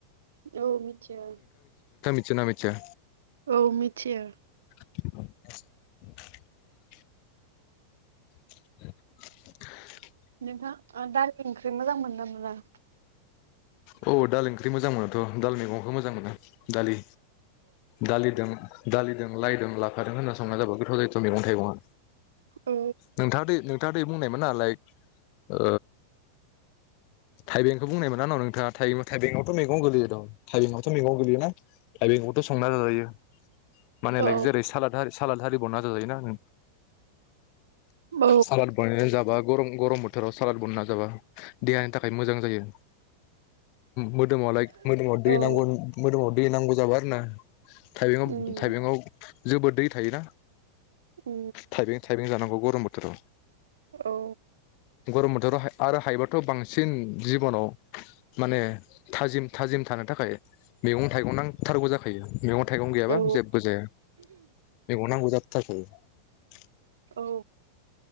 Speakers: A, on the right; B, on the left.
A: औ मिथिया।
B: मियोना मिथिया
A: औ मिथियो
B: <unintelligible> <unintelligible> <unintelligible>
A: नोंथाङा दालि ओंख्रि मोजां मोनो ना मोना
B: औ दाल ओंख्रि मोजां मोनोाथ' दाल मैगंखौ मोजां मोनो दालि दालि दों दालि दों लायदों लाफादों होनना संना जाबाय गोथाव जायोथ' मैगं थाइगङा
A: औ
B: नोंथाङादि नोंथाङा बै बुंनायमोन लाइ ओ थाइबेंखौ बुंनायमोन आंनावों <unintelligible> थाइ थाइबेंआवथ' मैगं गोलैयो दं थाइबेंआवथ' मैगं गोलैयोना थाइबेंआवथ' संना जाजायो माने
A: औ
B: लाइक जेरै साला सालादारि <unintelligible> जायोना ना
A: औ
B: सालाद बानायानो जाबा गरम गरम बोथोराव सालाद बनना जाबा देहानि थाखाय मोजां जायो मोदोमाव लाइक मोदोमाव दै
A: औ
B: नांगौ मोदोमाव दै नांगौ जाबाय होना थाइबेंयाव
A: उम
B: थाइबेंयाव जोबोद दै थायोना
A: औ
B: थाइबें थाइबें जानांगौ ग रम बोथोराव
A: औ
B: गरम बोथोराव आरो हायोबाथ बांसिन जिबनाव माने थाजिम थाजिम थानो थाखाय मैगं थाइगं नांथारगौ जाखायो मैगं थाइगं गैयाबा
A: औ
B: जेबो जाया मैगं नांगौ जा थै <unintelligible>
A: औ